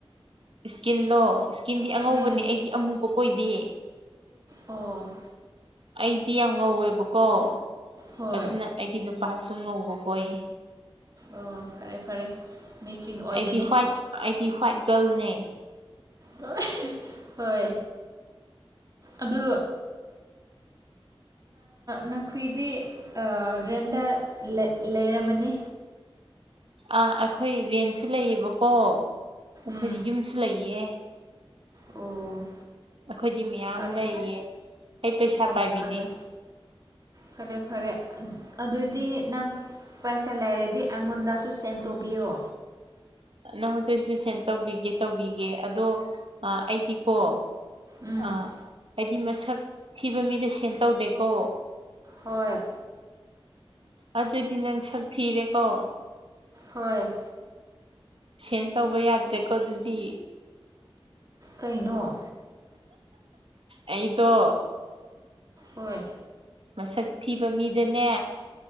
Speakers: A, on the right; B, on the right.
A: ꯏꯁꯀꯤꯟꯂꯣ ꯏꯁꯀꯤꯟꯗꯤ ꯑꯉꯧꯕꯅꯦ
B: ꯎꯝ
A: ꯑꯩꯗꯤ ꯑꯃꯨꯕ ꯀꯣꯏꯗ
B: ꯑꯣ
A: ꯑꯩꯗꯤ ꯌꯥꯝ ꯉꯧꯋꯦꯕꯀꯣ
B: ꯍꯣꯏ
A: ꯑꯗꯨꯅ ꯑꯩꯒꯤ ꯅꯨꯄꯥꯁꯨ ꯉꯧꯕ ꯀꯣꯏ
B: ꯑꯣ ꯐꯔꯦ ꯐꯔꯦ ꯃꯦꯆꯤꯟ ꯑꯣꯏꯕꯅꯤ
A: ꯑꯩꯠꯇꯤꯐꯥꯏꯠ ꯑꯩꯠꯇꯤꯐꯥꯏꯠ ꯒꯔꯜꯅꯦ
B: ꯍ ꯍꯣꯏ ꯑꯣ ꯅꯈꯨꯏꯗꯤ ꯔꯦꯟꯗ ꯂꯩꯔꯝꯃꯅꯤ
A: ꯑꯥ ꯑꯩꯈꯣꯏ ꯔꯦꯟꯁꯨ ꯂꯩꯌꯦꯕꯀꯣ ꯑꯩꯈꯣꯏꯗꯤ
B: ꯎꯝ
A: ꯌꯨꯝꯁꯨ ꯂꯩꯌꯦ
B: ꯑꯣ
A: ꯑꯩꯈꯣꯏꯗꯤ ꯃꯌꯥꯝ
B: ꯐꯔꯦ
A: ꯂꯩꯌꯦ ꯑꯩ ꯄꯩꯁꯥ
B: ꯑꯣ
A: ꯄꯥꯏꯕꯤꯅꯦ
B: ꯐꯔꯦ ꯐꯔꯦ ꯐꯔꯦ ꯑꯗꯨꯗꯤ ꯅꯪ ꯄꯩꯁꯥ ꯂꯩꯔꯗꯤ ꯑꯩꯉꯣꯟꯗꯁꯨ ꯁꯦꯟ ꯇꯣꯛ ꯄꯕꯤꯌ
A: ꯅꯪꯉꯣꯟꯗꯁꯨ ꯁꯦꯟ ꯇꯧꯕꯤꯒꯦ ꯇꯧꯕꯤꯒꯦ ꯑꯗꯣ ꯑꯩꯗꯤꯀꯣ
B: ꯎꯝ
A: ꯑꯥ ꯍꯥꯏꯗꯤ ꯃꯁꯛ ꯊꯤꯕ ꯃꯤꯗ ꯁꯦꯟ ꯇꯧꯗꯦꯀꯣ
B: ꯍꯣꯏ
A: ꯑꯗꯨꯗꯤ ꯅꯪ ꯁꯛ ꯊꯤꯔꯦꯀꯣ
B: ꯍꯣꯏ
A: ꯁꯦꯟ ꯇꯧꯕ ꯌꯥꯗ꯭ꯔꯦꯀꯣ ꯑꯗꯨꯗꯤ
B: ꯀꯩꯅꯣ
A: ꯑꯩꯗꯣ
B: ꯍꯣꯏ
A: ꯃꯁꯛ ꯊꯤꯕ ꯃꯤꯗꯅꯦ